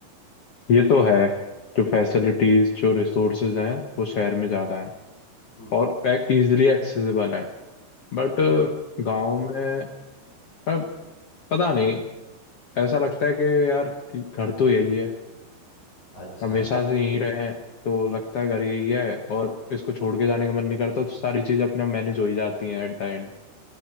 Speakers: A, on the left; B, on the left.
A: ये तो है जो फैसिलिटीज जो रिसोर्सेज हैं वो शहर में ज़्यादा हैं
B: हम्म,
A: और इजीली एक्सेसिबल है बट
B: yeah.
A: गांव में अब पता नहीं ऐसा लगता है कि यार घर तो यही है
B: अच्छा
A: हमेशा से यहीं रहे हैं तो लगता है घर यही है और इसको छोड़ के जाने का मन नहीं करता तो सारी चीज़ें अपने मैनेज हो ही जाती हैं at the end